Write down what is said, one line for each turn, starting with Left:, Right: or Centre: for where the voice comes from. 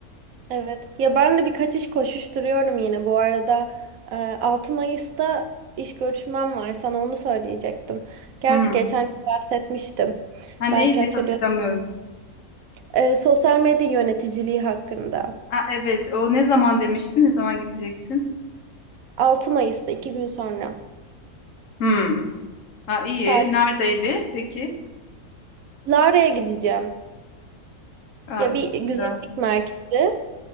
Right: Evet. Ya ben de birkaç iş koşuşturuyorum yine. Bu arada e, 6 Mayıs'ta iş görüşmem var. Sana onu söyleyecektim. Gerçi
Left: Hmm.
Right: geçen gün bahsetmiştim.
Left: Ha neydi
Right: Belki hatırlıyorum.
Left: hatırlamıyorum.
Right: E, sosyal medya yöneticiliği hakkında.
Left: Ha evet o ne zaman demiştin? Ne zaman gideceksin?
Right: 6 Mayıs'ta iki gün sonra.
Left: Hmm. Ha, iyi.
Right: Saat
Left: Neredeydi peki?
Right: Lara'ya gideceğim.
Left: Ha,
Right: Ya bir güzellik
Left: güzel.
Right: merkezi.